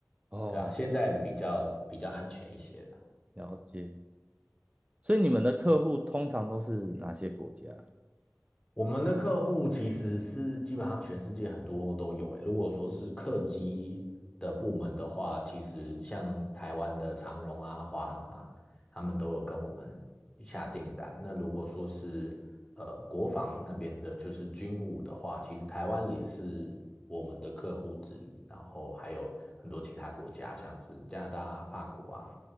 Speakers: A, on the right; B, on the left.
A: 哦，
B: 对啊，现在比较比较安全一些
A: 了解。所以你们的客户通常都是哪些国家？
B: 我们的客户其实是基本上全世界很多都有诶。如果说是客机的部门的话，其实像台湾的长荣啊、华航啊，他们都有跟我们下订单。那如果说是呃国防那边的，就是军武的话，其实台湾也是我们的客户之一。然后还有很多其他国家，像是加拿大啊、法国啊，